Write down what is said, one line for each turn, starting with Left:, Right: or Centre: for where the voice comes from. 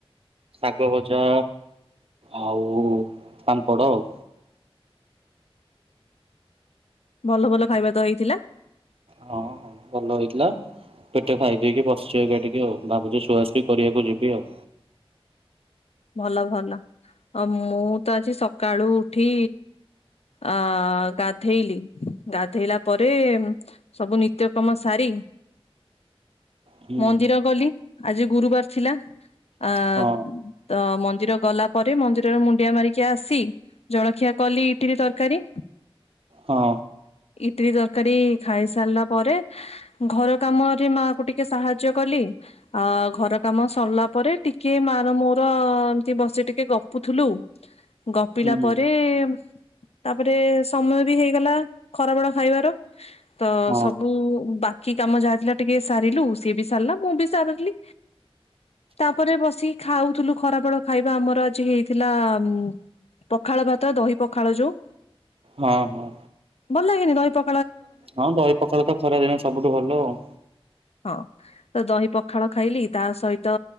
Right: ଶାଗ ଭଜା ଆଉ ପାମ୍ପଡ଼ ଆଉ।
Left: ଭଲ ଭଲ ଖାଇବା ତ ହେଇଥିଲା।
Right: ହଁ ଭଲ ହେଇଥିଲା ପେଟେ ଖାଇ ଦେଇକି ବସିଛି ଏଇକା ଟିକେ ଆଉ। ଭାବୁଛି ଶୁଆଶୁଇ କରିବାକୁ ଯିବି ଆଉ।
Left: ଭଲ ଭଲ ଆ ମୁଁ ତ ଆଜି ସକାଳୁ ଉଠି ଆ ଗାଧେଇଲି ଗାଧେଇଲା ପରେ ସବୁ ନିତ୍ୟକ୍ରମ ସାରି
Right: ହୁଁ
Left: ମନ୍ଦିର ଗଲି ଆଜି ଗୁରୁବାର ଥିଲା। ଆ
Right: ହଁ
Left: ତ ମନ୍ଦିର ଗଲା ପରେ ମନ୍ଦିରରେ ମୁଣ୍ଡିଆ ମାରିକି ଆସି ଜଳଖିଆ କଲି ଇଟିଲି ତରକାରୀ।
Right: ହଁ।
Left: ଇଟିଲି ତରକାରୀ ଖାଇ ସାରିଲା ପରେ ଘର କାମରେ ମାଆ କୁ ଟିକେ ସାହାଯ୍ୟ ଜ କଲି ଆ ଘର କାମ ସରିଲା ପରେ ଟିକେ ମାର ମୋ ତ ଅ ଏମତି ବସି ଟିକେ ଗପୁଥୁଲୁ। ଗପିଲା
Right: ହୁଁ
Left: ପରେ-ଏ-ମ୍ ତାପରେ ସମୟ ବି ହେଇଗଲା ଖରା ବେଳ ଖାଇବାର। ତ
Right: ହଁ
Left: ସବୁ ବାହ୍ କି କାମ ଯାହା ଥିଲା ଟିକେ ସାରିଲୁ। ସିଏ ବି ସାରିଲା, ମୁଁ ବି ସାରିଲି ତାପରେ ବସିକି ଖାଉ। ଥିଲୁ ଖରା ବେଳ ଖାଇବା ଆମର ଆଜି ହେଇଥିଲା ଉ ପଖାଳ ଭାତ ଦହି ପଖାଳ ଯୋଉ
Right: ହଁ ହଁ।
Left: ଭଲ ଲାଗେନି ଦହି ପ
Right: ହଁ ଦହି ପଖାଳ ତ ଖରା ଦିନ ସବୁଠୁ ଭଲ ଆଉ।
Left: ହଁ ତ ଦହି ପଖାଳ ଖାଇଲି ତା ସହିତ